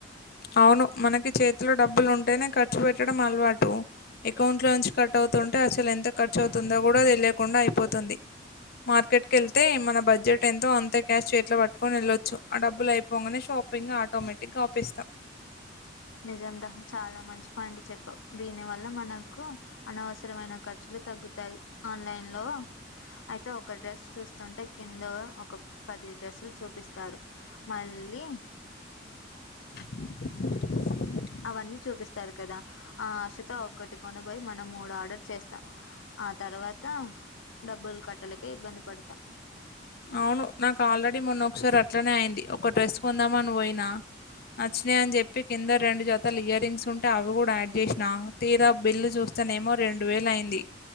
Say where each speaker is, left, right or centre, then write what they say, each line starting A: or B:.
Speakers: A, on the left (about 55°); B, on the left (about 85°).
A: అవును మనకి చేతిలో డబ్బులు ఉంటేనే ఖర్చు పెట్టడం అలవాటు. అకౌంట్లో నుంచి కట్ అవుతుంటే అసలు ఎంత ఖర్చు అవుతుందో గుడ తెలియకుండా అయిపోతుంది. మార్కెట్ కెళ్తే మన బడ్జెట్ ఎంతో అంతే క్యాష్ చేతిలో పట్టుకొని ఎళ్ళొచ్చు, ఆ డబ్బులు అయి పొంగనే షాపింగ్ ఆటోమేటిక్ గా ఆపేస్తాం.
B: నిజంరా చాలా మంచి పాయింట్ చెప్పావు. దీనివల్ల మనకు అనవసరమైన ఖర్చులు తగ్గుతాయి, ఆన్లైన్లో అయితే ఒక డ్రెస్ చూస్తుంటే, కింద ఒక పది డ్రస్లు చూపిస్తారు మళ్ళీ
A: <inaudible>
B: అవన్నీ చూపిస్తారు కదా, ఆ అశతో ఒక్కటి కొనబోయ్ మనం మూడు ఆర్డర్ చేస్తాము. ఆ తర్వాత డబ్బులు కట్టలేక ఇబ్బంది పడతాం.
A: అవును నాకు ఆల్రెడీ మొన్నొ ఒకసారి అట్లనే అయింది, ఒక డ్రెస్ కొందామని పొయినా. నచ్చినయి అని చెప్పి, కింద రెండు జతలు ఇయర్ రింగ్స్ ఉంటే అవి గుడ యాడ్ చేసినా తీరా బిల్లు చూస్తనేమో రెండు వేలు అయింది,